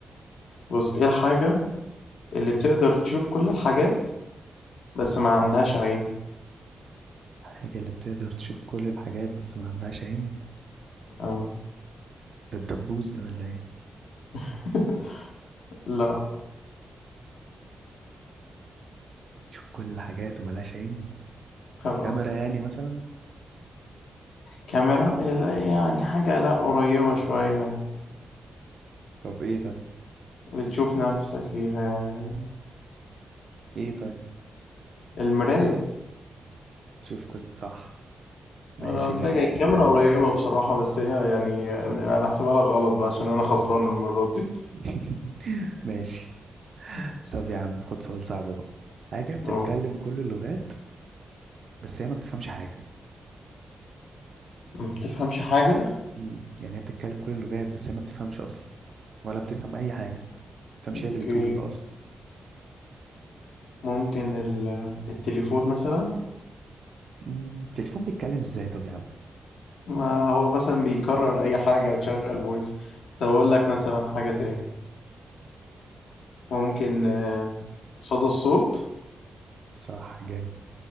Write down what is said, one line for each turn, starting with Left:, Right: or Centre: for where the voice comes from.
Left: بص ايه الحاجة اللي بتقدر تشوف كل الحاجات بس ما عندهاش عين
Right: الحاجة اللي بتقدر تشوف كل الحاجات بس ما عندهاش عين
Left: اه
Right: ده الدبوس ده ولا ايه
Left: <laughs> لا
Right: تشوف كل الحاجات وملهاش عين
Left: اه
Right: كاميرا يعني مثلا
Left: كاميرا لا، يعني حاجة لا قريبة شوية يعني
Right: طب ايه طيب
Left: بتشوف نفسك فيها يعني حاجة
Right: ايه طيب
Left: المراية
Right: تشوف كل صح ماشي
Left: انا قلت
Right: جامد
Left: لك الكاميرا قريبة بصراحة بس هي يعني انا أنا هحسبها لك غلط بقى عشان انا خسران المرة دي
Right: <laughs> ماشي
Left: <laughs> ماشي.
Right: طب يا عم خد سؤال صعب بقى حاجة بتتكلم
Left: أوه.
Right: كل اللغات بس هي ما بتفهمش حاجة
Left: ما بتفهمش حاجة
Right: مم. يعني هي بتتكلم كل اللغات بس هي ما بتفهمش أصلا ولا بتفهم أي حاجة ما بتفهمش
Left: اوكي
Right: هي اللي بتقوله ده أصلا
Left: ممكن ال- التليفون مثلا
Right: مم. التليفون بيتكلم ازاي طب يا عم
Left: ما هو مثلا بيكرر اي حاجة وتشغل فويس طب اقول لك مثلا حاجة
Right: لا
Left: تاني ممكن آه، صدى الصوت
Right: صح جامد